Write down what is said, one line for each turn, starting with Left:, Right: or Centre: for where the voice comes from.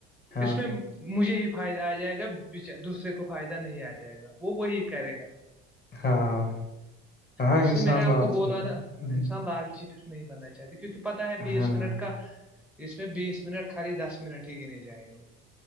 Left: ہاں
Centre: اس میں مجھے ہی فائدہ آ جائے گا دوسرے کو فائدہ نہیں آ جائے گا وہ وہی کرے گا
Left: ہاں ہاں
Centre: اس
Left: انسان
Centre: سے میں نے آپ
Left: لالچ
Centre: کو بولا
Left: ہوتا
Centre: نا
Left: ہے۔ ہوں،
Centre: انسان لالچی پھر نہیں بننا چاہتے کیونکہ پتا ہے بیس
Left: ہاں
Centre: منٹ
Left: ہاں
Centre: کا اس میں بیس منٹ خالی دس منٹ ہی گنے جائیں گے